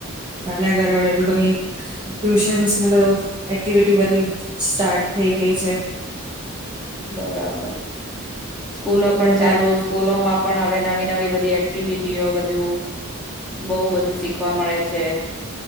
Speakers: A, on the right; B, in the centre.
A: ચાલ્યા ઘરે અવે એ લોકોની ટ્યુશનસને બધુ એક્ટિવિટી બધી સ્ટાર્ટ થઈ ગઈ છે.
B: બરાબર સ્કૂલો પણ
A: હવે
B: ચાલુ
A: તો
B: સ્કૂલોમાં પણ હવે નવી નવી બધી એ એક્ટિવિટીઓ બધું બહ બધું શીખવા મળે છે.